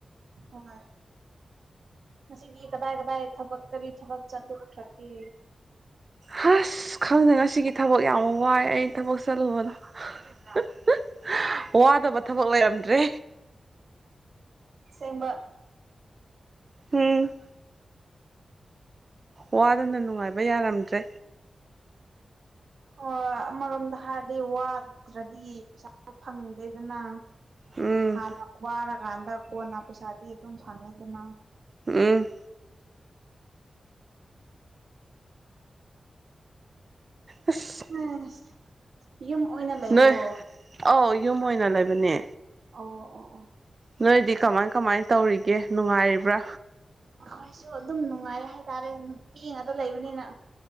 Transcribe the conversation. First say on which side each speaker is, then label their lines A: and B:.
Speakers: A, on the right (about 65°); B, on the right (about 35°).
A: ꯍꯣꯏ ꯉꯁꯤꯗꯤ ꯀꯗꯥꯏ ꯀꯗꯥꯏ ꯊꯕꯛ ꯀꯔꯤ ꯊꯕꯛ ꯆꯠꯂꯨꯈ꯭ꯔꯒꯦ
B: ꯍꯁ ꯈꯪꯗꯦ ꯉꯁꯤꯒꯤ ꯊꯕꯛ ꯌꯥꯝ ꯋꯥꯏ ꯑꯩ ꯊꯕꯛ ꯆꯠꯂꯨꯕꯗꯣ <unintelligible> ꯋꯥꯗꯕ ꯊꯕꯛ ꯂꯩꯔꯝꯗ꯭ꯔꯦ
A: ꯁꯦꯡꯕ
B: ꯎꯝ ꯋꯥꯗꯅ ꯅꯨꯡꯉꯥꯏꯕ ꯌꯥꯔꯝꯗ꯭ꯔꯦ
A: ꯍ ꯑꯃꯔꯣꯝꯗ ꯍꯥꯏꯔꯗꯤ ꯋꯥꯗ꯭ꯔꯗꯤ ꯄꯩꯁꯥ ꯐꯪꯗꯦꯗꯅ
B: ꯎꯝ
A: ꯍꯥꯟꯅ ꯋꯥꯔꯀꯥꯟꯗ ꯀꯣꯟꯅ ꯄꯩꯁꯥꯗꯤ ꯑꯗꯨꯝ ꯐꯪꯉꯤꯗꯅ
B: ꯎꯝ ꯑꯁ
A: ꯑꯥꯏꯁ ꯌꯨꯝ ꯑꯣꯏꯅ ꯂꯩꯕ꯭ꯔꯣ
B: ꯅꯣꯏ ꯑꯧ ꯌꯨꯝ ꯑꯣꯏꯅ ꯂꯩꯕꯅꯦ
A: ꯑꯣ ꯑꯣ ꯑꯣ
B: ꯅꯣꯏꯗꯤ ꯀꯃꯥꯏ ꯀꯃꯥꯏ ꯇꯧꯔꯤꯒꯦ ꯅꯨꯡꯉꯥꯏꯔꯤꯕ꯭ꯔꯥ
A: ꯑꯈꫭꯏꯁꯨ ꯑꯗꯨꯝ ꯅꯨꯡꯉꯥꯏ ꯍꯥꯏꯇꯥꯔꯦ ꯅꯨꯄꯤ ꯉꯥꯠꯇ ꯂꯩꯕꯅꯤꯅ